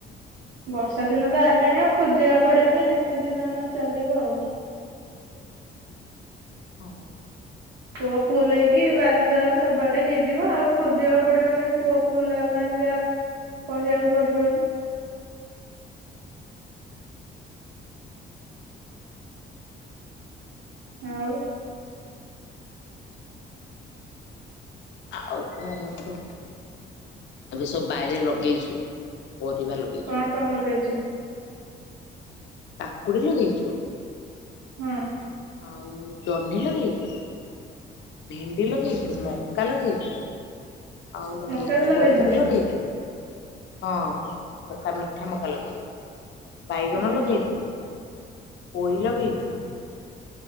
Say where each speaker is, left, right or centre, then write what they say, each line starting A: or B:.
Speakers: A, on the right (about 80°); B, on the left (about 65°).
A: ବର୍ଷା ଦିନ ତ ଆଇଲାଣି ଆଉ ଖୋଜିବାକୁ ପଡିବନି ନିତିଦିନ ଏନା ଚାଲିବ ଆଉ
B: ହଁ।
A: କୂଅ ଫୁଲ ହେଇକି ବାରି ଦୁଆର ସବୁଆଡେ ହେଇଯିବ ଆଉ ଖୋଜିବାକୁ ପଡିବନି କୂଅ ଫୁଲ ହେବା ପାଇଁ କହିବାକୁ ପଡିବନି। ଆଉ
B: ଆଉ କଣ ଆମର ତ ଏବେ ସବୁ ବାଇରେ ଲଗେଇଚୁ ପରିବା ଲଗେଇଚୁ
A: କଣ କଣ ଲଗେଇଛ?
B: କାକୁଡି ଲଗେଇଚୁ
A: ହୁଁ।
B: ଆଉ ଜହ୍ନି ଲଗେଇଚୁ ଭେଣ୍ଡି ଲଗେଇଚୁ ମକା ଲଗେଇଚୁ ଆଉ ଲଗେଇଚୁ
A: ମକା ବି ଲଗେଇଛନ୍ତି?
B: ବରଗୁଡି ଲଗେଇଚୁ ହଁ ମକା ମିଠା ମକା ଲଗେଇଚୁ ବାଇଗଣ
A: ହଁ
B: ଲଗେଇଚୁ
A: ହଁ
B: ପୋଇ ଲଗେଇଚୁ